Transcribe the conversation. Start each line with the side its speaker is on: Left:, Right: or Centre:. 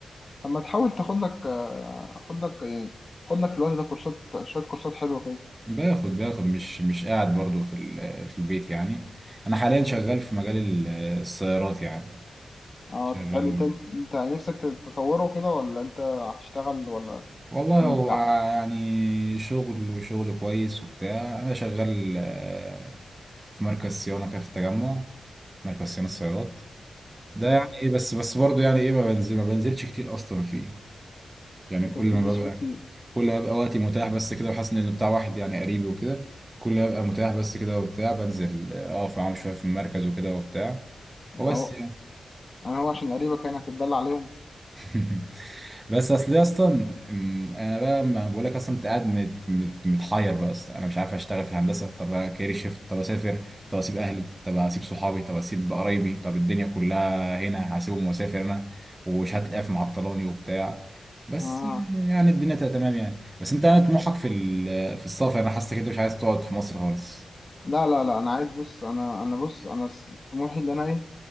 Left: طب ما تحاول تاخد لك آه، خد لك يعني خد لك في الوقت ده كورسات شويه كورسات حلوه كده
Right: باخد باخد مش مش قاعد برضه في ال- في البيت يعني انا حاليا شغال في مجال ال- السيارات يعني
Left: اه
Right: شغال
Left: طب حلو انت انت نفسك تطوره كده ولا انت هتشتغل ولا
Right: والله
Left: يعني
Right: هو
Left: انت
Right: يعني شغل وشغل كويس وبتاع انا شغال آه، في مركز صيانه كده في التجمع مركز صيانه السيارات ده
Left: اه
Right: يعني ايه بس بس برضه يعني ايه ما بنزل ما بنزلش كتير اصلا فيه يعني
Left: انت
Right: كل
Left: ما بتنزلش
Right: ما ببقى
Left: فيه كتير
Right: كل ما ببقى وقتي متاح بس كده وحاسس ان اللي بتاع واحد يعني قريبي وكده كل ما ببقى متاح بس كده وبتاع بنزل آه، اقف معاهم شويه في المركز وكده وبتاع
Left: يعني
Right: هو بس
Left: هو انا هو عشان قريبك يعني هتتدلع عليهم
Right: <laughs> بس اصل يا اسطى أم، انا بقى ما بقول لك اصلا انت قاعد مت مت متحير بقى اصلا انا مش عارف اشتغل في الهندسه طب كارير شيفت طب اسافر طب اسيب اهلي طب اسيب صحابي طب اسيب قرايبي طب الدنيا كلها هنا هسيبهم واسافر انا وشهاده اف معطلاني وبتاع بس
Left: اه
Right: يعني الدنيا تبقى تمام يعني بس انت انا طموحك في ال- في السفر انا حاسسك انت مش عايز تقعد في مصر خالص
Left: لا لا لا انا عايز بص انا انا بص انا س- طموحي اللي انا ايه